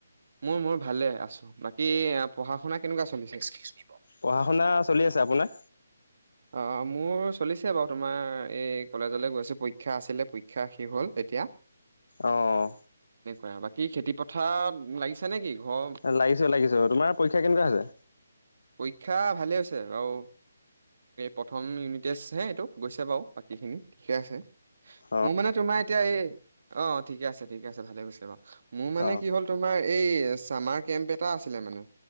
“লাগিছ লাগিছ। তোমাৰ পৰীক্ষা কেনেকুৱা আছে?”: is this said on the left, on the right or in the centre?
Left